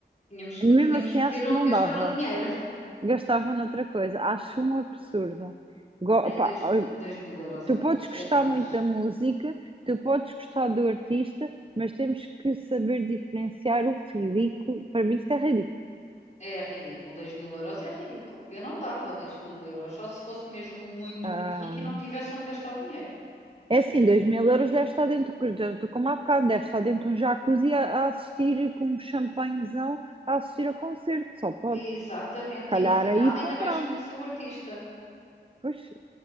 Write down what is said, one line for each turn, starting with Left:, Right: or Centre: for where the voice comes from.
Left: Tínhamos que,
Right: Mesmo
Left: tínhamos
Right: assim,
Left: que
Right: acho
Left: ter onde
Right: que não
Left: gastar
Right: dava.
Left: o dinheiro.
Right: Gastava noutra coisa, acho um absurdo. Go- pá,
Left: É, dois mil, dois mil euros
Right: Tu
Left: é
Right: podes
Left: muito,
Right: gostar
Left: é demais.
Right: muito da música, tu podes gostar do artista, mas temos que saber diferenciar o ridículo. Para mim, isto é ridículo.
Left: É ridículo, dois mil euros é ridículo. Eu não dava dois mil euros, só se fosse mesmo muito,
Right: Ah,
Left: muito rico e não tivesse onde gastar o dinheiro.
Right: é assim, dois mil euros deve estar dentro, já estou como há bocado, deve estar dentro de um jacuzzi a, a assistir com um champanhezão a assistir ao concerto, só pode.
Left: Exatamente,
Right: Calhar
Left: e no final
Right: aí ponderava.
Left: ainda vais conhecer o artista.
Right: Pois,